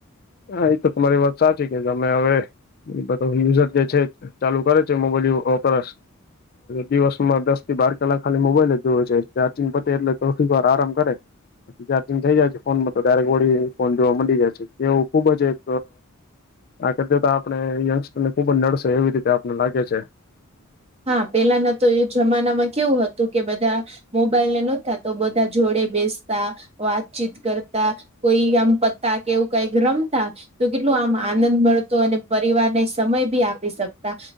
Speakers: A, on the left (about 45°); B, on the right (about 30°).
A: હા એ તો તમારી વાત સાચી કે તમે અવે બધુ યુઝર જે છે ચાલુ કરે છે મોબાઈલ વાપ <unintelligible> અ દિવસમાં દસ થી બાર કલાક ખાલી મોબાઈલ જ જોવે છે ચાર્જિંગ પતે એટલે થોક વાર આરામ કરે. પછ ચાર્જિંગ થઇ જાય છે ફોનમાં તો ડાયરેક્ટ વળી ફોન જોવા મળી જાય છે એવું ખુબ જ એક આ કર તો આપણે યંગસ્ટર ને ખુબ જ નડશે એવી રીતે આપને લાગે છે.
B: હા પેલાના તો એ જમાનામાં કેવું હતું કે બધા મોબાઈલ ને નતા તો બધા જોડે બેસતા વાતચીત કરતા કોઈ આમ પત્તા કેવું કઈ રમતા તો કેટલું આમ આનંદ મળતો અને પરિવારને સમય બી આપી શકતા